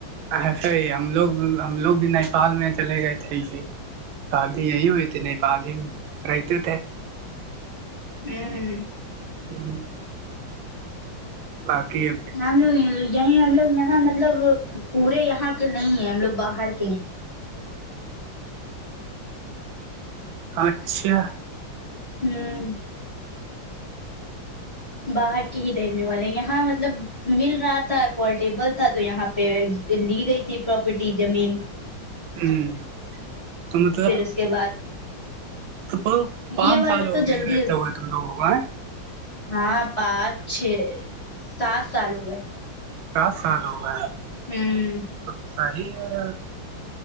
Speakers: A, on the right (about 85°); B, on the left (about 15°).
A: ایسے ہی ہم لوگ ہم لوگ بھی نیپال میں چلے گئے تھے کہ شادی یہی ہوئی تھی نیپال ہی رہتے تھے
B: <inaudible>
A: جی باقی ہے
B: ہم لوگ یہی ہم لوگ یہاں مطلب پورے یہاں کے نہیں ہیں ہم لوگ باہر کے ہیں
A: اچھا
B: ہوں باہر ٹ <inaudible> ریل م والے یہاں مطلب مل رہا تھا پورٹیبل تھا تو یہاں پہ لی گئی تھی <inaudible> تھی پراپرٹی جمین
A: ہوں <unintelligible> <unintelligible> تو مطلب
B: پھر اس کے بعد
A: تو پانچ
B: یہ والا
A: سال
B: تو
A: ہو گئے
B: جلدی
A: رتے
B: جلدی
A: <inaudible> لوگ ہے
B: ہاں پانچ چھ سات سال ہو گئے
A: کاس سال ہو گئے ہے
B: ہوں <unintelligible> <unintelligible>
A: تو صحیح ہے